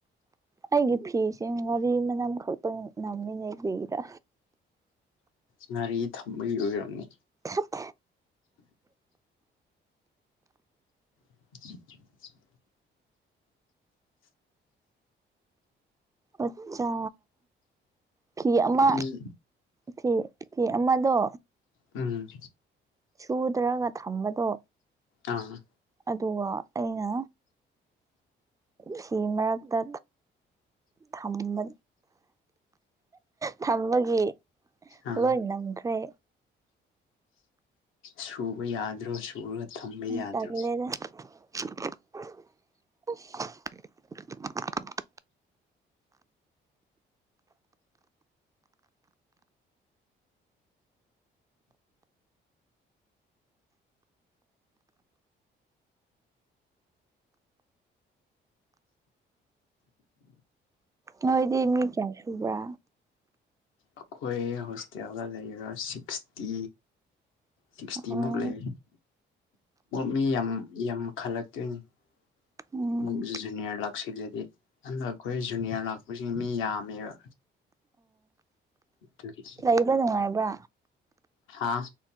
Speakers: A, on the right; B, on the left.
A: ꯑꯩꯒꯤ ꯐꯤꯁ ꯉꯥꯔꯤ ꯃꯅꯝ ꯈꯛꯇꯪ ꯅꯝꯃꯤꯅꯦ ꯐꯤꯒ
B: ꯉꯥꯔꯤ ꯊꯝꯕꯒꯤ ꯑꯣꯏꯔꯝꯅꯤ
A: ꯊꯠ
B: <unintelligible>
A: ꯑꯆꯥꯆꯥ ꯐꯤ ꯑꯃ
B: ꯎꯝ
A: ꯐꯤ ꯐꯤ ꯑꯃꯗꯣ
B: ꯎꯝ
A: ꯁꯨꯗ꯭ꯔꯒ ꯊꯝꯕꯗꯣ
B: ꯑꯥ
A: ꯑꯗꯨꯒ ꯑꯩꯅ ꯐꯤ ꯃꯔꯛꯇ ꯊꯝꯕ ꯊꯝꯕꯒꯤ
B: ꯑꯥ
A: ꯂꯣꯏ ꯅꯪꯈ꯭ꯔꯦ
B: ꯁꯨꯕ ꯌꯥꯗ꯭ꯔꯣ ꯁꯨꯔꯒ ꯊꯝꯕ ꯌꯥꯗ꯭ꯔꯣ
A: ꯇꯜꯂꯦꯗ <unintelligible> ꯅꯣꯏꯗꯤ ꯃꯤ ꯀꯌꯥꯁꯨꯕ꯭ꯔꯥ
B: ꯑꯩꯈꯣꯏ ꯍꯣꯁꯇꯦꯜꯗ ꯂꯩꯔꯤꯕ ꯁꯤꯛꯁꯇꯤ ꯁꯤꯛꯁꯇꯤꯃꯨꯛ
A: ꯑꯣ
B: ꯂꯩꯦ ꯃꯤ ꯌꯥꯝ ꯌꯥꯝ ꯈꯜꯂꯛ ꯇꯅ
A: ꯎꯝ
B: ꯖꯨꯅꯤꯌꯔ ꯂꯥꯛꯁꯤꯜꯂꯗꯤ ꯑꯗꯨ ꯑꯩꯈꯣꯏ ꯖꯨꯅꯤꯌꯔ ꯂꯥꯛꯄꯁꯤ ꯃꯤ ꯌꯥꯝꯃꯦꯕ ꯑꯗꯨꯒꯤ
A: ꯂꯩꯥꯏꯕ ꯑꯗꯨꯅꯨꯡꯉꯥꯏꯕ
B: ꯍꯥꯥ